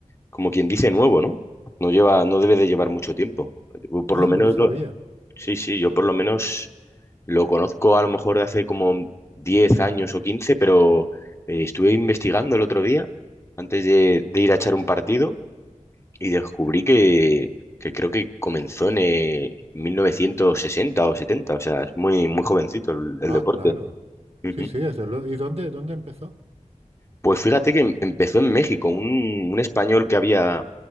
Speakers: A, on the left; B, on the right.
A: como quien dice, nuevo, ¿no? No lleva, no debe de llevar mucho tiempo. Yo por
B: Ah,
A: lo menos
B: no lo sabía.
A: lo- sí, sí, yo por lo menos Lo conozco a lo mejor de hace como 10 años o quince pero eh, estuve investigando el otro día, antes de, de ir a echar un partido, y descubrí que, que creo que comenzó en eh, 1960 o 70, o sea, es muy, muy jovencito el, el
B: Ah,
A: deporte.
B: claro.
A: Ujú.
B: Sí, sí, desde luego. ¿Y dónde, dónde empezó?
A: Pues fíjate que em- empezó en México, un, un español que había